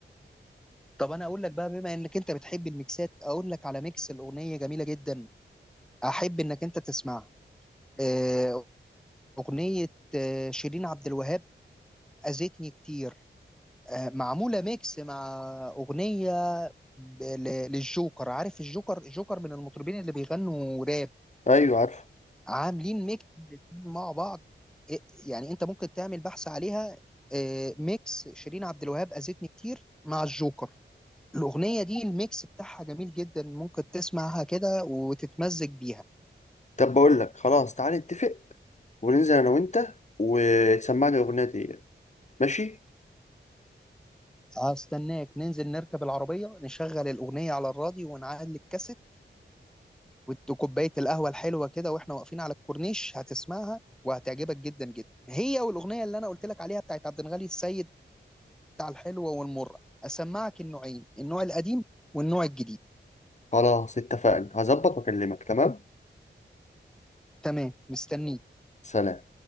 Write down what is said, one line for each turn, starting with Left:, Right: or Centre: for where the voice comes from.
Centre: طب انا اقول لك بقى بما انك انت بتحب الميكسات اقول لك على ميكس الأغنية جميلة جدا احب انك انت تسمعها آه، أغنية آه، شيرين عبد الوهاب أذتني كتير آه، معمولة ميكس مع أغنية ب- ل- للجوكر عارف الجوكر الجوكر من المطربين اللي بيغنوا راب
Left: أيوة عارف
Centre: عاملين ميكس الاتنين مع بعض إيه- يعني انت ممكن تعمل بحث عليها آه، ميكس شيرين عبد الوهاب اذتني كتير مع الجوكر الاغنيه دي الميكس بتاعها جميل جدا ممكن تسمعها كده وتتمزج بيها
Left: طب بقول لك خلاص تعالى نتفق وننزل أنا وأنت وتسمعني الأغنية دي ماشي
Centre: هستناك ننزل نركب العربيه نشغل الاغنيه على الراديو ونعلي الكاسيت وكوبايه القهوه الحلوه كده واحنا واقفين على الكورنيش هتسمعها وهتعجبك جدا جدا هي والاغنيه اللي انا قلت لك عليها بتاعت عبد الغني السيد على الحلوة والمرة أسمعك النوعين النوع القديم والنوع الجديد
Left: خلاص اتفقنا هظبط وأكلمك تمام
Centre: تمام مستنيك
Left: سلام